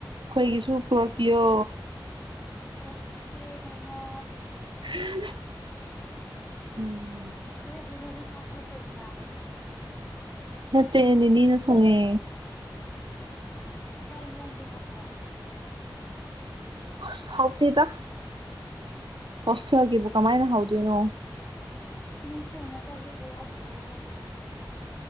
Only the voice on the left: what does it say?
ꯄꯨꯔꯛꯄꯤꯒꯦ ꯅꯣꯡꯃꯥ
<unintelligible>
ꯅꯣꯏꯗꯤ ꯅꯣꯏ ꯅꯁꯥꯅ ꯊꯣꯡꯕ꯭ꯔꯥ
ꯑꯣ ꯑꯣ ꯆꯥꯛ ꯏꯟꯖꯥꯡꯗꯤ ꯍꯥꯎꯕ꯭ꯔꯣ
ꯅꯣꯏ ꯊꯣꯡꯉ ꯆꯥꯖꯕ ꯌꯥꯗ꯭ꯔꯣ